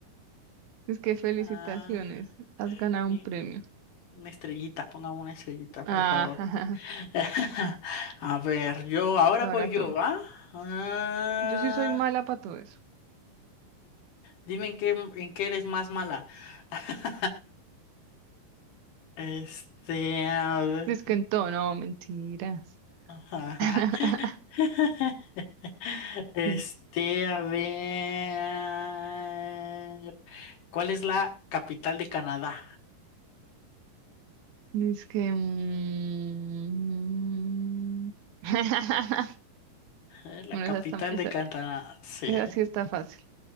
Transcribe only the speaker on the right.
Es que felicitaciones,
has ganado
un premio.
Ah,
<laughs>
y ahora
tú.
Yo sí soy mala para todo eso.
Dice que en todo, no, mentiras.
<laughs>
Que,
dice que... mm, <laughs>
Bueno,
esa, está- esa,
esa sí está fácil.